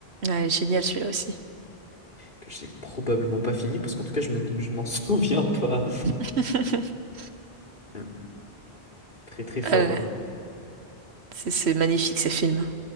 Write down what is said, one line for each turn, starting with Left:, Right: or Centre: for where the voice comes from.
Right: Ouais, génial celui-là aussi.
Left: que j'ai probablement pas fini parce qu'en tout cas, je me, je m'en <laughs> souviens pas.
Right: <laughs>
Left: Hum, Très très fort.
Right: Ah là là.
Left: euh.
Right: C'est c'est magnifique ces films.